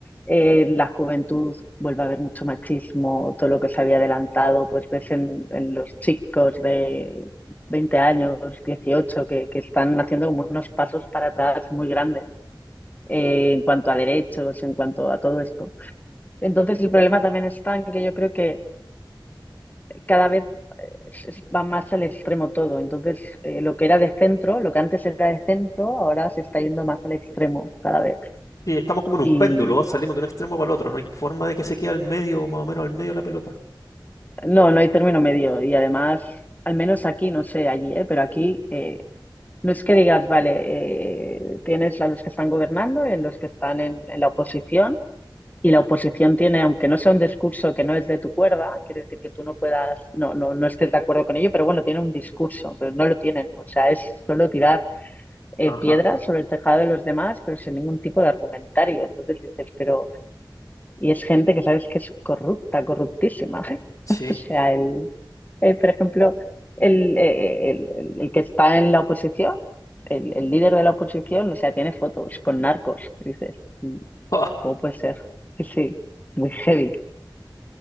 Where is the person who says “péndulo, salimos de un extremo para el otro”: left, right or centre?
Left